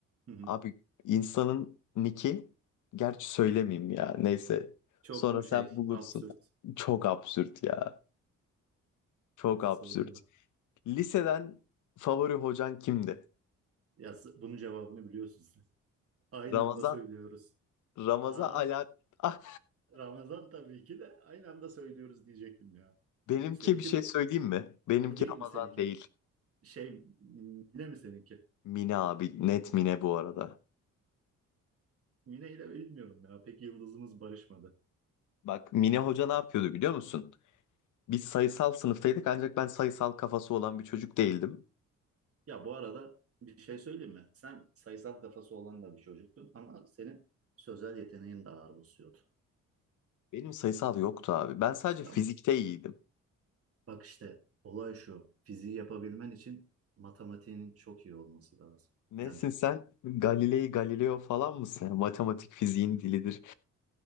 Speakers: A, on the right; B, on the left.
A: Hı hı.
B: Abi insanın nicki gerçi söylemeyeyim ya neyse.
A: Çok
B: Sonra
A: mu
B: sen
A: şey
B: bulursun.
A: absürt?
B: Çok absürt ya. Çok
A: Evet
B: absürt.
A: söyleme.
B: Liseden favori hocan kimdi?
A: Ya s- bunun cevabını biliyorsun sen. Aynı
B: Ramazan
A: anda söylüyoruz.
B: Ramazan
A: Aa,
B: ala ah,
A: Ramazan tabii ki de aynı anda söylüyoruz diyecektim ya.
B: benimki
A: Seninki
B: bir şey
A: de
B: söyleyeyim mi? Benimki
A: o değil
B: Ramazan
A: mi seninki?
B: değil.
A: Şey Mine mi seninki?
B: Mine abi. Net Mine bu arada.
A: Mine ile bilmiyorum ya. Pek yıldızımız barışmadı.
B: Bak Mine hoca ne yapıyordu biliyor musun? Biz sayısal sınıftaydık ancak ben sayısal kafası olan bir çocuk değildim.
A: Ya bu arada bir şey söyleyeyim mi? Sen sayısal kafası olan da bir çocuktun ama senin sözel yeteneğin de ağır basıyordu.
B: Benim sayısal yoktu abi. Ben sadece
A: Ya
B: fizikte iyiydim.
A: bak işte olay şu. Fiziği yapabilmen için matematiğinin çok iyi olması lazım.
B: Nesin
A: Yani
B: sen? Galilei Galileo falan mısın? Yani Matematik fiziğin dilidir.